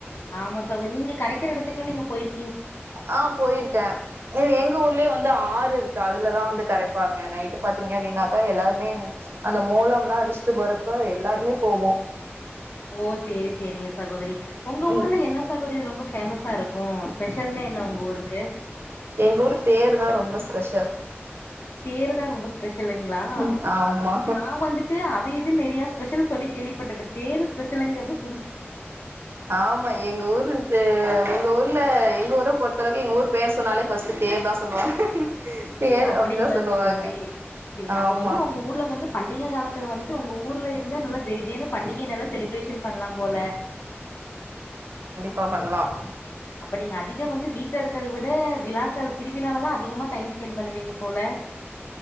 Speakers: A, on the left; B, on the right.
A: ஆமா சகோதரி நீங்க கரைக்கிற இடத்துக்கு நீங்க போயிரு
B: ஆஹ் போயிருக்கன் எங்க ஊர்லயே வந்து ஆறு இருக்கு அதுலதான் வந்து கரைப்பாங்க நைட்டு பாத்தீங்க அப்படின்னாக்கா எல்லாருமே அந்த மோலம்லாம் அடிச்சுட்டு போறப்ப எல்லாருமே போவும்
A: ஓ சேரி சேரிங்க சகோதரி உங்க
B: ம்
A: ஊர்ல என்ன சகோதரி ரொம்ப ஃபேமஸா இருக்கும் ஸ்பெஷல்னா என்ன உங்க ஊருக்கு
B: எங்க ஊர் தேர் தான் ரொம்ப ஸ்பெஷல்
A: தேரு தான் ரொம்ப ஸ்பெஷலுங்களா
B: ம் ஆமா
A: நான் வந்துட்டு அதே இது நறைய ஸ்பெஷல் சொல்ல கேள்விப்பட்டிருக்க தேர் ஸ்பெஷல்ங்கிறது
B: ஆமா எங்க ஊரு தே எங்க ஊர்ல எங்க ஊரை பொறுத்தளவுக்கு எங்க ஊர் பேர் சொன்னாலே ஃபர்ஸ்ட் தேர் தான் சொல்லுவாங்க தேர்
A: ஓ அப்படிங்களா
B: அப்டிதா சொல்லுவாங்க
A: சகோதரி சரி அப்ப
B: ஆமா
A: வந்து உங்க ஊர்ல வந்து பண்டிகை காலத்துல வந்து உங்க ஊர்ல இருந்த நல்லா ஜெய் ஜெய்னு பண்டிகை நல்லா செலிப்ரேஷன் பண்ணலாம் போல
B: பா பண்ணலாம்
A: அப்ப நீங்க அதிகம் வந்து வீட்ல இருக்கிறத விட விழாக்கள் திருவிழாலதான் அதிகமா டைம் ஸ்பென்ட் பண்ணுவீங்க போல